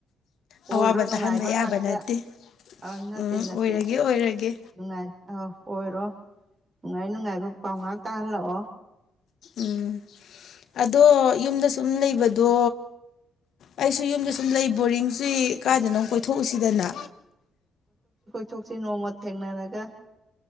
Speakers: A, on the right (about 35°); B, on the left (about 70°).
A: ꯑꯣꯏꯔꯣ
B: ꯑꯋꯥꯕ
A: ꯅꯨꯡꯉꯥꯏꯕ
B: ꯇꯥꯍꯟꯕ ꯌꯥꯕ
A: ꯉꯥꯛꯇ꯫
B: ꯅꯠꯇꯦ
A: ꯑ ꯅꯠꯇꯦ
B: ꯎꯝ
A: ꯅꯠꯇꯦ
B: ꯑꯣꯏꯔꯒꯦ ꯑꯣꯏꯔꯒꯦ
A: ꯅꯨꯡꯉꯥꯏ ꯑꯧ꯫ ꯑꯣꯏꯔꯣ ꯅꯨꯡꯉꯥꯏ ꯅꯨꯡꯉꯥꯏꯕ ꯄꯥꯎ ꯉꯥꯛ ꯇꯥꯍꯜꯂꯛꯑꯣ꯫
B: ꯎꯝ ꯑꯗꯣ ꯌꯨꯝꯗ ꯁꯨꯝ ꯂꯩꯕꯗꯣ꯫ ꯑꯩꯁꯨ ꯌꯨꯝꯗ ꯁꯨꯝ ꯂꯩ ꯕꯣꯔꯤꯡꯁꯤ ꯀꯥꯏꯗꯅꯣ ꯀꯣꯏꯊꯣꯛꯎꯁꯤꯗꯅ꯫
A: ꯊꯣꯛꯁꯤ ꯅꯣꯡꯃ ꯊꯦꯡꯅꯔꯒ꯫